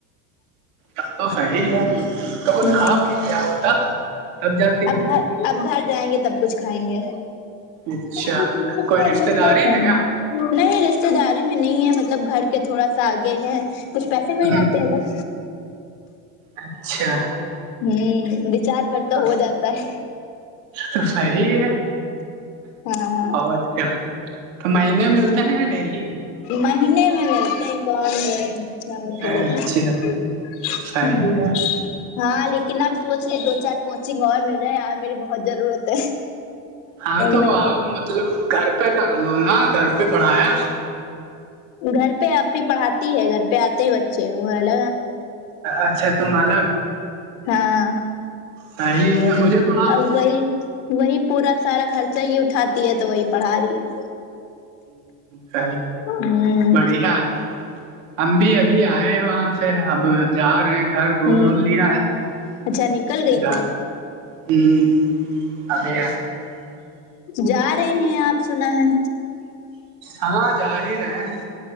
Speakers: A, on the right; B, on the left.
A: اب تو صحیح ہے تو کچھ
B: ہوں
A: کھا پی لیا ہوتا تب جاتی
B: اب گھر اب گھر جائیں گے تب کچھ کھائیں گے
A: اچھا
B: ہ
A: کوئی رشتے داری ہے کیا
B: نہیں رشتے داری میں نہیں ہے مطلب گھر کے تھوڑا سا آگے ہے کچھ پیسے مل
A: ہ
B: جاتے ہیں بس
A: اچھا
B: ہوں ریچارج بھر کا
A: تو
B: ہو جاتا ہے
A: تو صحی ہے
B: ہاں
A: اور کیا تو مہینے ملتے ہیں یا ڈیلی
B: مہینے میں ملتے ہیں کون لے <unintelligible>
A: اچھا صحیح ہے
B: ہاں لیکن اپ سوچ لے دو چار کوچنگ اور مل رہائے اور میری بہت ضرورت ہے
A: ہاں تو
B: مہینے
A: آاںپ
B: کی
A: مطلب گھر پہ کر لو نا گھر پہ پڑھایا
B: گھر پہ آنی پڑھاتی ہے گھر پہ آتے ہیں بچے وہگ
A: اچھا ت مال
B: ہاں
A: تاہ مجھے پڑھا
B: اب
A: دو
B: وہی وہی پورا سارا خرچہ ہی اٹھاتی ہے تو وہی پڑھا رہی ہے
A: ہ
B: ہ
A: بڑیا ہم بھی ابھی آئے ہیں وہاں سے اب جا رہے ہیں گھر دھ
B: ہ
A: وھ لیا ہے
B: اچھا نکل گئی
A: جا
B: تھی
A: ہوں ابے
B: جا رہے ہیں آپ سنا ہے
A: ہاں جا ہی رہے ہیں